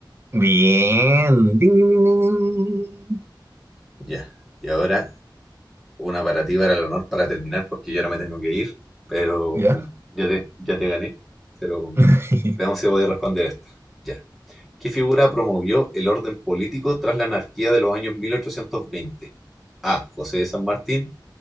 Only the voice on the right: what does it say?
Bien. Ding, ding, ding, ding, ding.
¿Ya?
<laughs>